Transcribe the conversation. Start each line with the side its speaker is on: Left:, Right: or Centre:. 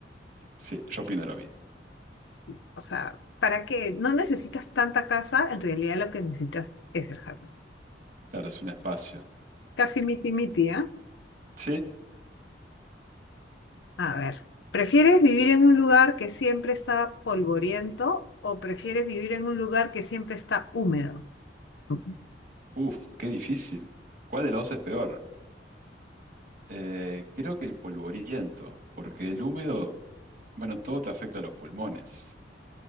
Right: Sí, yo opino lo mismo.
Left: Sí, o sea, ¿para qué? No necesitas tanta casa, en realidad lo que necesitas es el jardín.
Right: Claro, es un espacio.
Left: Casi miti-miti, ¿eh?
Right: Sí,
Left: A ver, ¿prefieres vivir en un lugar que siempre está polvoriento o prefieres vivir en un lugar que siempre está húmedo? Ujú.
Right: uff, qué difícil. ¿Cuál de los dos es peor? Eh, creo que el polvoriento, porque el húmedo, bueno, todo te afecta a los pulmones,